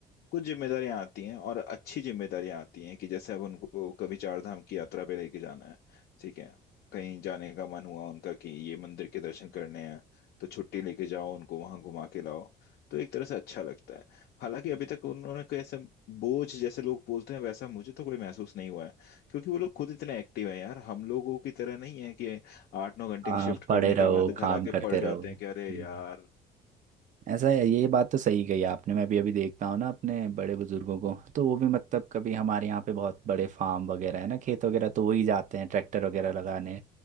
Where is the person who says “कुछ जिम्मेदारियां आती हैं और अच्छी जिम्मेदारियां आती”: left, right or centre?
Left